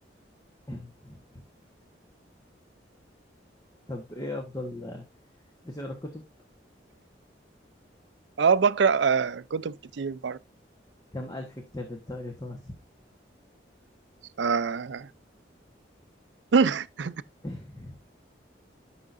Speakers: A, on the left (about 20°); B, on the right (about 80°).
A: <laughs> طب إيه أفضل آه، بتقرأ كتب؟
B: اه بقرأ آه كتب كتير برضه
A: كم ألف كتاب أنت قريته مثلا؟
B: آه <laughs>
A: <laughs>